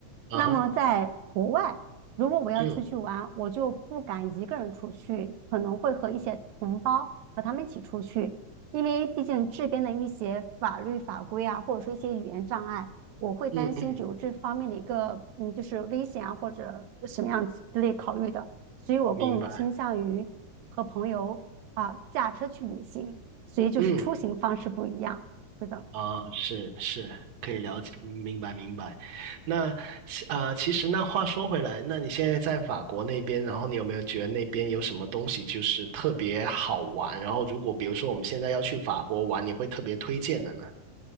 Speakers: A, on the right; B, on the right.
A: 啊哈，
B: 那么在国外，如果我要出去玩，
A: 嗯
B: 我就不敢一个人出去，可能会和一些同胞和他们一起出去，因为毕竟这边的一些法律法规啊，或者说一些语言障碍，我会担心有这方面的一个嗯，
A: 嗯嗯，
B: 就是危险啊或者什么样子之类考虑的，所以我更倾向于和朋友啊驾车去旅行，
A: 明白，
B: 所以就是出行方式不一样，
A: 嗯。
B: 是的。
A: 啊，是是，可以了解，明白明白。那啊，呃其实那话说回来，那你现在在法国那边，然后你有没有觉得那边有什么东西就是特别好玩？然后如果比如说我们现在要去法国玩，你会特别推荐的呢？